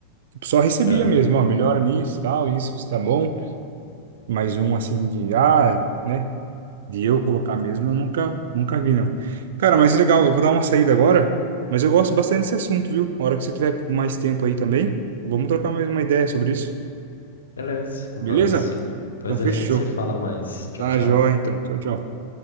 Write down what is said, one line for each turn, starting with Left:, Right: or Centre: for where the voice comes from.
Right: tipo, Só recebia
Left: Aham.
Right: mesmo, ó, melhora nisso, tal, isso, você tá bom. Mais um, assim, de, ah... né? De eu colocar mesmo, eu nunca, nunca vi, não. Cara, mas legal, eu vou dar uma saída agora, mas eu gosto bastante desse assunto, viu? A hora que você tiver com mais tempo aí também, vamos trocar mais uma ideia sobre isso,
Left: Beleza, vamos
Right: beleza?
Left: sim. Depois
Right: Então, fechou.
Left: a gente se fala mais. Tchau,
Right: Tá,
Left: tchau.
Right: joia, então. Tchau, tchau.